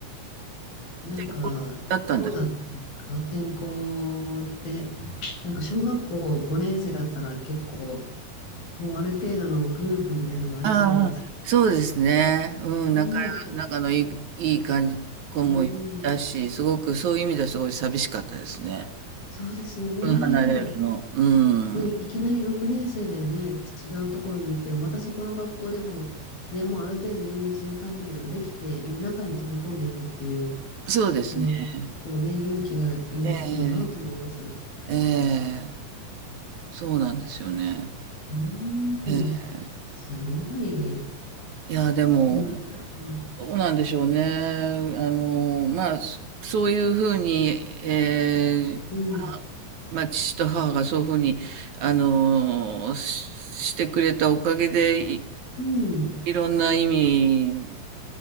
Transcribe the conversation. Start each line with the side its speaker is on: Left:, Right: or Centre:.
Left: なんか、
Right: 健康だったんだ。
Left: どうだったんですか天候って、なんか小学校5年生だったら結構、もうある程度のグループみたいのがありそうです。
Right: ああ、そうですね。うん、
Left: いいと思います。
Right: 仲、仲のいい、いい感じ、子もいたし、
Left: うん、
Right: すごくそういう意味ではすごい寂しかったですね。
Left: そうですよね。
Right: うん、離れるの。うん。
Left: で、いきなり6年生でね、違うところに行っても、またそこの学校でも、ね、もうある程度友人関係とかできている中に飛び込んでいくっていう
Right: そうですね。
Left: のは、結構ね、勇気がいることだなと思います。
Right: ええ、ええ、そうなんですよね。
Left: うーん、
Right: ええ。
Left: すごい。
Right: いや、でも、
Left: で、また、うん、
Right: どうなんでしょうね。あの、まあ、そそういうふうに、ええ、
Left: うん、
Right: はまあ、父と母がそういうふうに、あの、ししてくれたおかげで、い
Left: うん。
Right: いろんな意味、